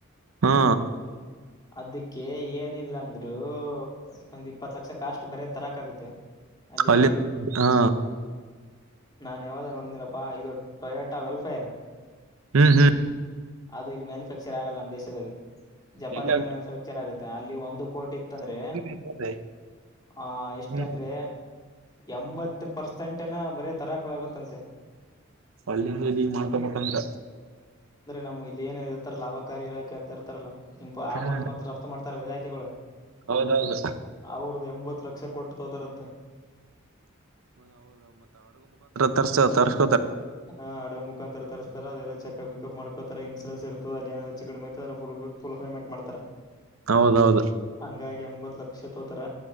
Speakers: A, on the right (about 85°); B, on the left (about 20°).
A: ಹಾ
B: ಅದಕ್ಕೆ ಏನಿಲ್ಲ ಅಂದ್ರೆ ಇ ಒಂದ್ ಇಪ್ಪತ್ ಲಕ್ಷಕ್ಕ ಅಷ್ಟು ಬರ ತರಕ್ ಆಗುತ್ತೆ ಅಲ್ಲಿಂದ
A: ಅಲ್ಲಿ ಹಾ
B: ನಾನು ಯಾವಾಗ ನೋಡಿದ್ದೀನಪ್ಪ ಇದು ಟೊಯೋಟಾ ವೆಲ್ಫೇರ್
A: ಹ್ಮ್ ಹ್ಮ್
B: ಅದು ಇಲ್ಲಿ ಮ್ಯಾನುಫ್ಯಾಕ್ಚರ್ ಆಗಲ್ಲ ನಮ್ಮ್ ದೇಶದಾಗ ಜಪಾಾನಿಂದ
A: ಎಲ್ಲಿ
B: ಮ್ಯಾನುಫ್ಯಾಕ್ಚರ್ ಆಗುತ್ತೆ ಅಲ್ಲಿ ಒಂದು ಕೋಟಿ ಇತ್ತಂದ್ರೆ
A: ಆಗ್ತದೆ
B: ಆ ಎಷ್ಟ
A: ಹ್ಮ್
B: ಅಂದ್ರೆ ಎಂಬತ್ತು ಪರ್ಸೆಂಟ್ನ ಬರೇ ತರಾಕ್ ಆಗುತ್ತಂತೆ
A: ಒಳ್ಳಿಂದ್ರ ಇದ ಈ ಮಾಡ್ಕೊಬೇಕಂದ್ರ
B: ನಮ್ ಇ ಏ ಇರ್ತಾರೆ ಲಾಭಕಾರಿ ಇಲಾಖೆ ಅಂತ ಇರ್ತಾರಲ್ಲ ಇಪ
A: ಹ್ಮ್
B: ಆಮದು ಮತ್ತ್ರ ರಫ್ತ ಮಾಡ್ತಾರಲ್ಲ ಇಲಾಖೆಗಳು
A: ಹೌದೌದು
B: ಅವ್ರ್ದ ಎಂಬತ್ ಲಕ್ಷ ಕೊಟ್ಟು ತೋತಾರಂತ
A: ತರ್ಸತ
B: ಹಾ ಹಡಗ ಮುಖಾಂತರ ತರಿಸಸ್ತಾರ ಅದೆಲ್ಲ ಚೆಕಪ್ ವಿಕಪ್ ಮಾಡ್ ಇನ್ಸೂರೆನ್ಸ್ ಇರ್ತದೆ ಅಲ್ಲಿ ಏನಾದ್ರು ಹೆಚ್ಚು ಕಡಿಮ ಅಯ್ತಂದ್ರೆ ಫುಲ್ ಪೇಮೆಂಟ್ ಮಾಡತಾರೆ
A: ಹೌದೌದು
B: ಹಂಗಾಗಿ ಎಂಬತ್ತು ಲಕ್ಷ ತಗೋತರ